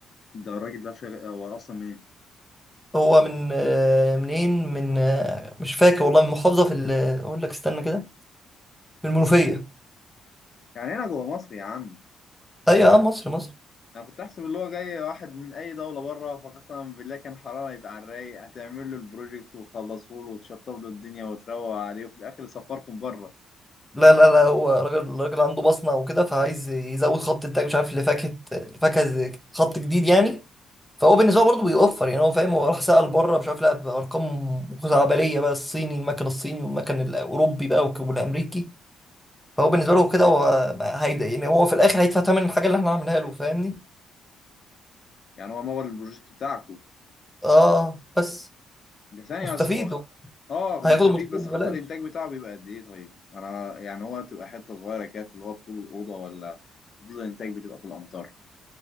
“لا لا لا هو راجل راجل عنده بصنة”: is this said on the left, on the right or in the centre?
Centre